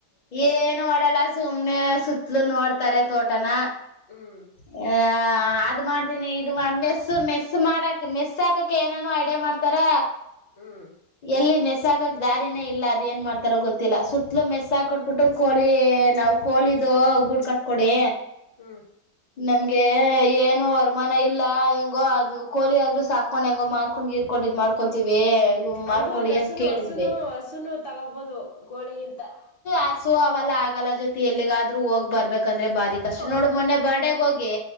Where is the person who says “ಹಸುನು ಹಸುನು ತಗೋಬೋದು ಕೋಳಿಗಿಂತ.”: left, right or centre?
Left